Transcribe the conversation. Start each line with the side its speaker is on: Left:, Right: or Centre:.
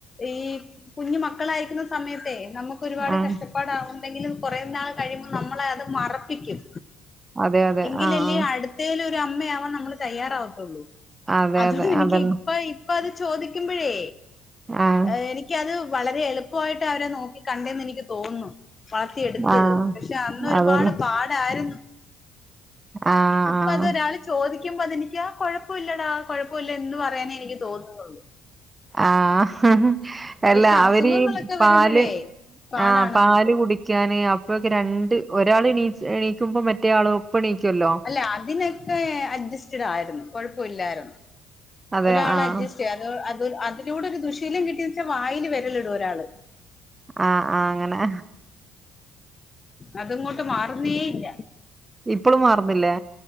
Left: ഈ കുഞ്ഞു മക്കളായിരിക്കുന്ന സമയത്തെ നമ്മക്ക് ഒരുപാട്
Right: ആഹ്
Left: കഷ്ടപ്പാടാവണ്ടെങ്കിലും കൊറേ നാള് കഴിയുമ്പോ നമ്മളെ അത് മറപ്പിക്കും.
Right: അതെ അതെ
Left: എങ്കിലല്ലേ
Right: ആഹ് ആഹ്
Left: അടുത്തേല് ഒരു അമ്മയാവാൻ നമ്മള് തയ്യാറാവത്തുള്ളൂ.
Right: അതെ
Left: അതുകൊണ്ട്
Right: അതെ
Left: എനിക്ക്
Right: അതന്നെ
Left: ഇപ്പ ഇപ്പ അത് ചോദിക്കുമ്പഴേ
Right: ആഹ്
Left: ഏഹ് എനിക്കത് വളരെ എളുപ്പവായിട്ടാ അവരെ നോക്കി കണ്ടേന്ന് എനിക്ക് തോനുന്നു. വളത്തി എടുത്തത്
Right: ആഹ്
Left: പക്ഷെ അന്ന് ഒരുപാട്
Right: അതന്നെ
Left: പാടായിരുന്നു.
Right: ആഹ്
Left: ഇപ്പൊ
Right: ആഹ്
Left: അതൊരാള് ചോദിക്കുമ്പോ അതെനിക്കാ കൊഴപ്പയില്ലെടാ കൊഴപ്പയില്ലാ എന്ന് പറയാനേ എനിക്ക് തോനുന്നുള്ളൂ.
Right: ആഹ് എല്ലാ
Left: പക്ഷെ അസുഖങ്ങളൊക്കെ
Right: അവര് ഈ
Left: വരുമ്പോഴേ
Right: പാല്
Left: പാടാണ്
Right: ആഹ്
Left: നമ്മുക്ക്
Right: പാല് കുടി ക്കാന് അപ്പൊക്ക് രണ്ട് ഒരാള് എണീച്ച് എണീക്കുമ്പോ മറ്റേ ആളും ഒപ്പം എണീക്കുവല്ലോ
Left: അല്ല അതിനൊക്കെ അഡ്ജസ്റ്റഡ് ആയിരുന്നു കൊഴപ്പ ഇല്ലായിരുന്നു.
Right: അതെ
Left: ഒരാള്
Right: ആഹ്
Left: അഡ്ജസ്റ്റ് ചെയ്യു അത് അത് അതിലൂടെ ഒരു ദുശീലം കിട്ടിയേ വെച്ചാല് വായില് വെരലിടും ഒരാള്.
Right: ആഹ് ആഹ് അങ്ങനെ
Left: അത് ഇങ്ങോട്ട് മാറുന്നേ ഇല്ല
Right: ഇപ്പളും മാറുന്നില്ലേ